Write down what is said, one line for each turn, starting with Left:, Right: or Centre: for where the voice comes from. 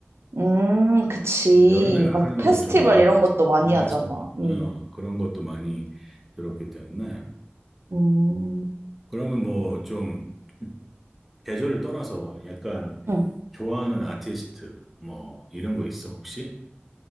Right: 음, 그치.
Centre: 여름에 락클락을
Right: 막 페스티벌
Centre: 좀 많이
Right: 이런
Centre: 들었죠.
Right: 것도 많이
Centre: 이런
Right: 하잖아.
Centre: 페스티벌.
Right: 음,
Centre: 음, 그런 것도 많이 들었기 때문에.
Right: 음,
Centre: 그러면 뭐 좀 계절을 떠나서 약간
Right: 음,
Centre: 좋아하는 아티스트 뭐 이런 거 있어 혹시?